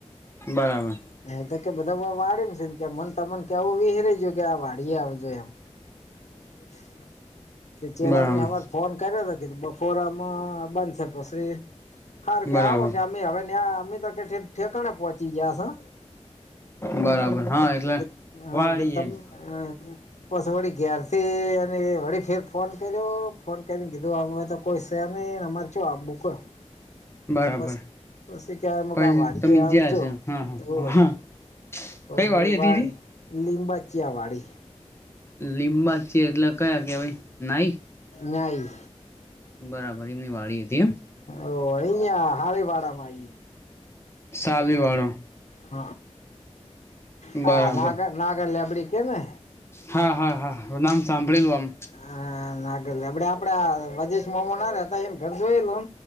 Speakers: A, on the left (about 20°); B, on the left (about 80°).
A: બરાબર.
B: એ તો કે બધા વાળ ને છે કે મન તમન કે એવું વિહરાય ગયું કે આ વાળી આવ જો એમ <unintelligible>
A: બરાબર
B: ફોન કર્યો હતો કીધું બપોરામાં બંધશે પસી હાર કે
A: બરાબર
B: આવો કે અમે હવે નયા અમે તો ઠેકાણે પહોંચી ગયા સ.
A: બરાબર હા એટલે
B: <unintelligible>
A: વાળી એમ
B: પસ વળી ગ્યાર થી અને વળી ફેર ફોન કર્યો ફોન કરીને કીધું અમે તો કોઈ શેર ની અમારે
A: બરાબર
B: <unintelligible> પસ પસી ક્યારે મુક
A: પછી
B: આ વાડી
A: તમે
B: આવજો
A: જ્યાં હશે હા હા
B: એવું
A: હા
B: હ <unintelligible>
A: કઈ વાડી
B: વાળ
A: હતી તી
B: લીંબાચીિયા વાડી
A: લીંબાચ્યા એટલે કયા કેવાાઈ નાઈ
B: નાઈ
A: બરાબર એમની વાડી હતી એમ
B: ઓ અહીયા હારે વાડામાં
A: સાલી વાળો
B: હ હ
A: બરાબર
B: નાગર નાગર લેબડી કેને
A: હા હા હા નામ સાંભળીલું આમ
B: હા નાગર લેબડી આપડે આ રાજેશ મોમ ના રેતા હ એને ઘર જોય લયો.